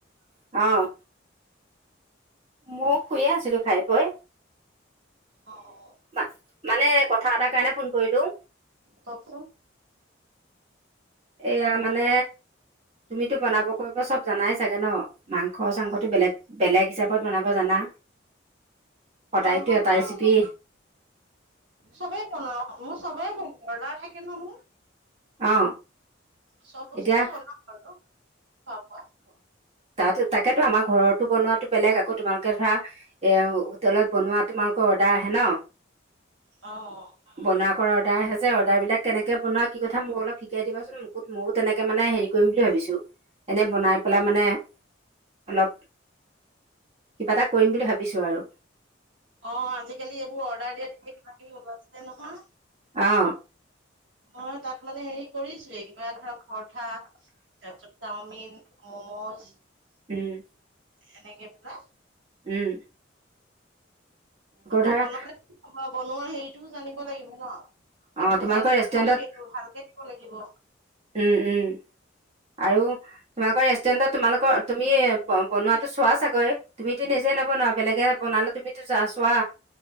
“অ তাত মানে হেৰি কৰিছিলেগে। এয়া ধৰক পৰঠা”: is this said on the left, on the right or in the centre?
Right